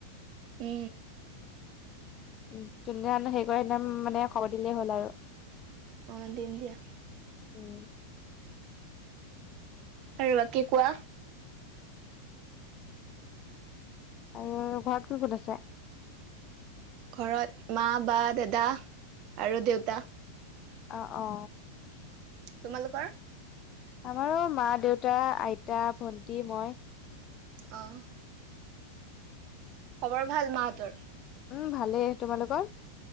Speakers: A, on the right; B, on the left.
A: উ।
B: উ, জুন দিনাখন হেৰি কৰে, সেই দিনা মানে খবৰ দিলেই হ'ল আৰু।
A: অ দিম দিয়া।
B: উম
A: আৰু বাকী কোৱাঁ।
B: আৰু ঘৰত কোন, কোন আছে?
A: ঘৰত মা, বা, দাদা আৰু দেউতা।
B: অ', অ'।
A: তোমালোকৰ?
B: আমাৰো মা, দেউতা, আইতা, ভন্টি, মই।
A: অ'। খবৰ ভাল মাহঁতৰ?
B: উ ভালেই, তোমালোকৰ?